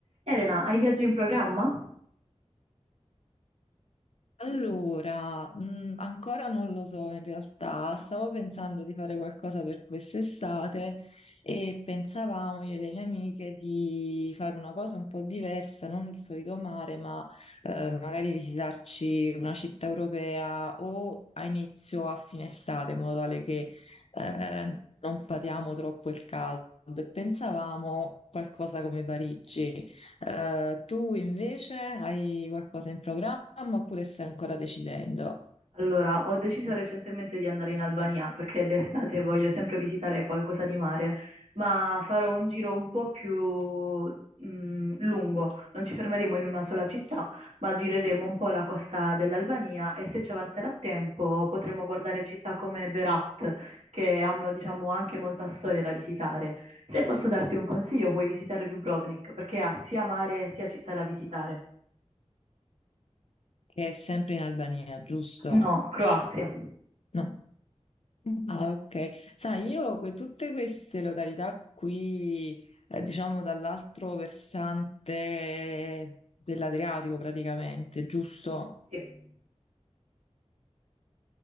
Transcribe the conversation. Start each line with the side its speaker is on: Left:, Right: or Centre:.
Right: Elena, hai viaggi in programma?
Left: Allora, mh, ancora non lo so in realtà, stavo pensando di fare qualcosa per quest'estate e pensavamo io e le mie amiche di fare una cosa un po' diversa, non il solito mare, ma eh, magari visitarci una città europea o a inizio o a fine estate, in modo tale che eh, non patiamo troppo il caldo. E pensavamo qualcosa come Parigi. Eh, tu invece hai qualcosa in programma oppure stai ancora decidendo?
Right: Allora, ho deciso recentemente di andare in Albania perché d'estate voglio sempre visitare qualcosa di mare, ma farò un giro un po' più mm, lungo. Non ci fermeremo in una sola città, ma gireremo un po' la costa dell'Albania e se ci avanzerà tempo potremo guardare città come Berat, che hanno, diciamo, anche molta storia da visitare. Se posso darti un consiglio, puoi visitare Dubrovnik perché ha sia mare sia città da visitare.
Left: Che è sempre in Albania, giusto?
Right: No, Croazia.
Left: No. Ah, ok. Sai, io que- tutte queste località qui, eh, diciamo dall'altro versante dell'Adriatico praticamente, giusto?
Right: Sì.